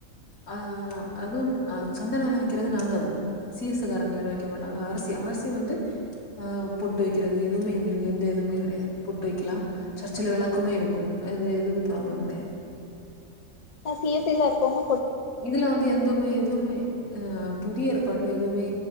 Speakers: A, on the left; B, on the left.
A: ஆஹ அதுவும் அஹ சொந்த நிலம் வைக்கிறது நாங்க தான் சீசுகாரங்க யாரும் வைக்க மாட்டாங்க அரிசி அரிசி வந்து ஆஹ் பொட்டு வைக்கிறது எதுவுமே எங்களுக்கு எந்த எதுவுமே கிடையாது பொட்டு வைக்கலாம் சர்ச்சல விளக்குமே இருக்கும் அது எதும ங்கட
B: சிஎஸ் சில இருக்கோங்க
A: இதுல வந்து எதுவுமே எதுவுமே அஹ் புதிய ஏற்பாட்டுல எதுவுமே